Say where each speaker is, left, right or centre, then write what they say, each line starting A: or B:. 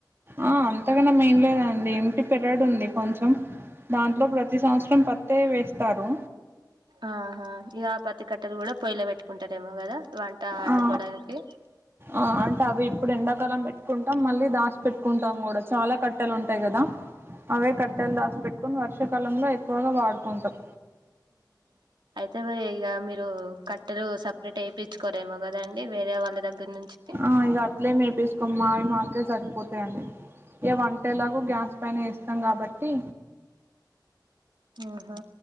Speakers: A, on the right (about 30°); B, on the right (about 85°).
A: ఆ అంతగణం ఏం లేదండి ఇంటి పెరడు ఉంది కొంచెం మంట్లో ప్రతి సంవత్సరం పత్తే వేస్తారు
B: ఆహా ఇగ ఆ పత్తి కట్టలు కూడా పొయ్యిలో పెట్టుకుంటారేమో కదా వంట వండుకోవడానికి
A: ఆ ఆ అంటే అవి ఇప్పుడు ఎండా కలం పెట్టుకుంటాం మళ్ళీ దాసిపేట్టుకుంటాం కూడా చాలా కట్టెలు ఉంటాయి కదా అవే కట్టెలు దాస్ పెట్టుకోని వర్షకాలంలో అయి కోన వాడుకుంటాం
B: తే ఇగ మీరు కట్టెలు సపరేట్ ఏపీచుకోరేగదండీ వేరే వాళ్ళ దగ్గర నుంచి
A: ఆ ఇగ అట్లే ఏపిసుకోమ్మాయి మాక్కే సరిపోతాయండి ఇగ వంటేలాగ గ్యాస్ పైన వేస్తాం కాబట్టి
B: ఆహా